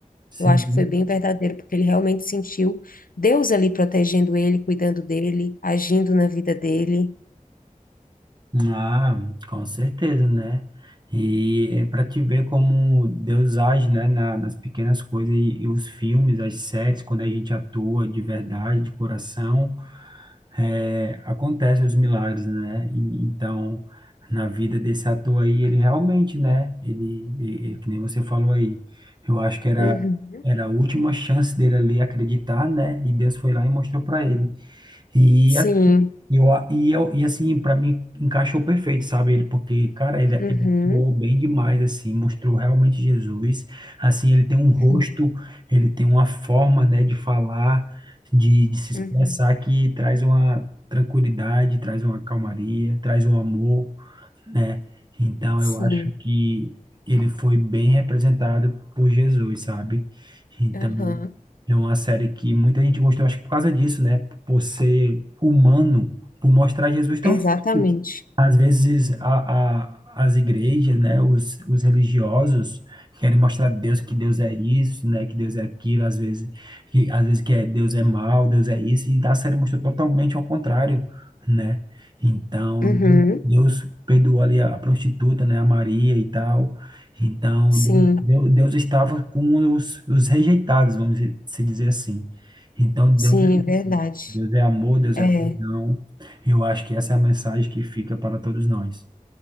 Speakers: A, on the right; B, on the left.
A: sim.
B: Eu acho que foi bem verdadeiro porque ele realmente sentiu Deus ali protegendo ele, cuidando dele, agindo na vida dele.
A: Ah, com certeza, né? E é para te ver como Deus age, né, na- nas pequenas coisas e, e os filmes, as séries, quando a gente atua de verdade, de coração, é, acontecem os milagres, né? E, então, na vida desse ator aí, ele realmente, né? Ele, e- e que nem você falou aí, eu acho que era
B: Uhum.
A: era a última chance dele ali acreditar, né? E Deus foi lá e mostrou para ele. E
B: Sim.
A: e, eu, a- e, eu, e assim, para mim, encaixou perfeito, sabe? Ele, porque, cara, ele,
B: Uhum.
A: ele atuou bem demais, assim, mostrou realmente Jesus. Assim, ele tem um rosto,
B: Sim.
A: ele tem uma forma, né, de falar, de, de se expressar
B: Uhum.
A: que traz uma tranquilidade, traz uma calmaria, traz um amor né? Então
B: Sim.
A: eu acho que ele foi bem representado por Jesus, sabe? Então
B: Aham.
A: é uma série que muita gente gostou, acho que por causa disso, né? Por ser humano, por mostrar Jesus tão
B: Exatamente.
A: às vezes a, a, as igrejas, né, os, os religiosos querem mostrar a Deus que Deus é isso, né, que Deus é aquilo, às vezes que às vezes que é Deus é mal, Deus é isso, e a série mostra totalmente ao contrário, né? Então,
B: Uhum.
A: Deus Deus perdoou ali a, a prostituta, né, a Maria e tal. Então,
B: Sim,
A: Deus, Deus Deus estava com os, os rejeitados, vamos se dizer assim. Então, Deus
B: sim,
A: é,
B: é verdade.
A: isso. Deus é amor, Deus
B: É,
A: é perdão. Eu acho que essa é a mensagem que fica para todos nós.